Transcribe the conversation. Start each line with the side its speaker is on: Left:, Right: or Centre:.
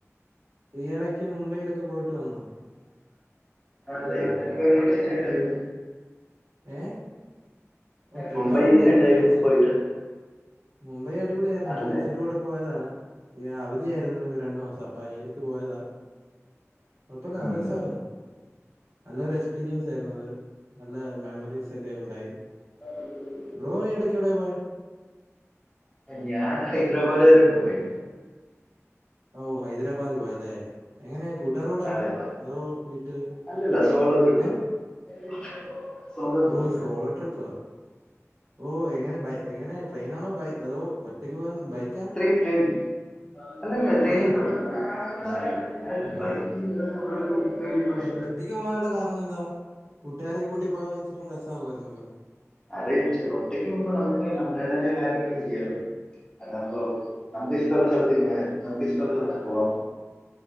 Right: ഈയിടയ്ക്ക് മുംബൈയിലൊക്കെ പോയിട്ട് വന്ന്.
Left: ആതെ ഇപ്പോരോൽറ്റേജിൽ ഉണ്ടായിരുന്നു.
Right: ഏഹ് ഓ ട്രിപ്പ്
Left: മുംബൈ
Right: അടിപൊളിയായിരുന്നു
Left: എങ്ങനെ ഉണ്ടായിരുന്നു
Right: ഫ്രണ്ട്സിൻ്റെ
Left: പോയിട്ട്
Right: മുംബൈ അടിപൊളിയായിരുന്നു
Left: ആണല്ലേ
Right: ഫ്രണ്ട്സിന്റെ കൂടെ പോയതാണ് ഈ അവധിയായിരുന്നു രണ്ടു മാസം അപ്പൊ അയ്യിനിടക്ക് പോയതാ കൊയ്യപ്പല്ല
Left: ഉം
Right: നല്ല രസായിരുന്നു നല്ലൊരു എക്സ്പീരിയൻസ് ആയിരുന്നു അത് നല്ല മെമ്മറീസ് ഒക്കെ ഉണ്ടായി
Left: <unintelligible>
Right: ബ്രോ എടയ്ക്ക് എവിടെയാ പോയ
Left: ഞാൻ ഹൈദരാബാദ് വരെ പോയി
Right: ഔ ഹൈദരാബാദ് പോയല്ലേ എങ്ങനെ കൂട്ടാരോട
Left: അതെ
Right: ആണോ
Left: അതെ
Right: അതോ വീട്ട്
Left: അല്ലല്ല സോളോ ട്രിപ്പ്
Right: ഏഹ്
Left: <inaudible> ട്രിപ്പ്
Right: ഓ സോളോ ട്രിപ്പ് ഓ എങ്ങനെ ബൈ എങ്ങനെ ട്രെയിനാണോ ബൈ അതോ ഒറ്റയ്ക്ക് പോകൻ ബൈക്കാ
Left: ട്രെയിൻ ട്രെയിൻ അല്ലല്ല
Right: ട്രെയിൻ
Left: <unintelligible>
Right: ഓ ഒറ്റയ്ക്ക് പോകാനുള്ള കാരണം എന്താ കൂട്ടുകാരൊക്കെ കൂട്ടി പോയാ ഇച്ചരി രസമാകുമായിരുന്നല്ലോ
Left: അതെ ഒറ്റയ്ക്ക് പോക്കുമ്പോ നമുക്ക് നമ്മുടെതായ കാര്യങ്ങളൊക്കെ ചെയ്യല്ലോ അതാ അപ്പ നമ്മുക്ക് ഇഷ്ട്ട ഒള്ള സ്ഥലത്ത് നിൽക്കാം നമുക്ക് ഇഷ്ട്ട ഒള്ള സ്ഥലത്ത് പോവാം